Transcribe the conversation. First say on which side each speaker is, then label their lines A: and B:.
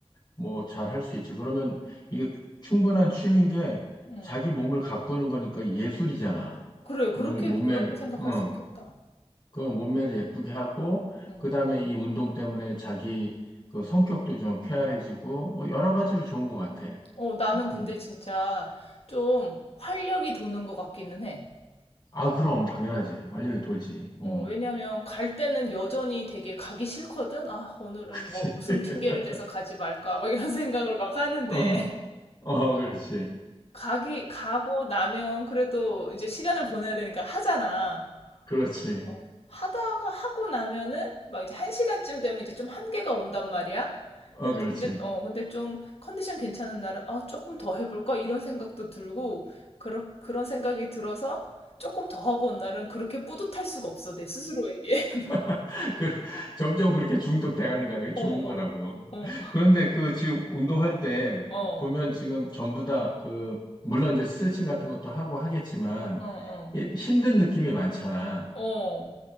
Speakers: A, on the left; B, on the left.
A: 뭐 잘 할 수 있지. 그러면 이게 충분한 취미인 게
B: 음.
A: 자기 몸을 가꾸는 거니까 예술이잖아.
B: 그래, 그렇게,
A: 몸을, 몸매를,
B: 그렇게 생각할
A: 어,
B: 수 있겠다.
A: 그 몸매를 예쁘게 하고,
B: 음.
A: 그 다음에 이 운동 때문에 자기 그 성격도 좀 쾌활해지고, 뭐 여러 가지로 좋은 것 같아.
B: 어, 나는 근데
A: 음.
B: 진짜 좀 활력이 도는 것 같기는 해.
A: 아, 그럼 당연하지. 활력이 돌지. 어.
B: 어, 왜냐면 갈 때는 여전히 되게 가기 싫거든? 아, 오늘은
A: 그지
B: 뭐 무슨
A: <laughs>
B: 핑계를 대서 가지 말까? 막 이런 <laughs> 생각을 막 하는데
A: 어. 어, 그렇지.
B: <laughs> 가기 가고 나면 그래도 이제 시간을 보내야 되니까 하잖아.
A: 그렇지.
B: 어, 하다가 하고 나면은 막 이제 한 시간쯤 되면 이제 좀 한계가 온단 말이야.
A: 어,
B: 그래서
A: 그렇지.
B: 근데 어 근데 좀 컨디션 괜찮은 날은 아 조금 더 해볼까 이런 생각도 들고 그런 그런 생각이 들어서 조금 더 하고 온 날은 그렇게 뿌듯할 수가 없어 내 스스로에게. <laughs>
A: <laughs> 그, 점점 그렇게 중독돼가는 거야. 그게 좋은
B: 어, 어.
A: 거라고.
B: 어.
A: 그런데 그 지금 운동할 때
B: 어,
A: 보면 지금 전부 다 그, 물론 이제 스트레칭 같은 것도 하고 하겠지만
B: 어, 어,
A: 이게 힘든 느낌이 많잖아.
B: 어,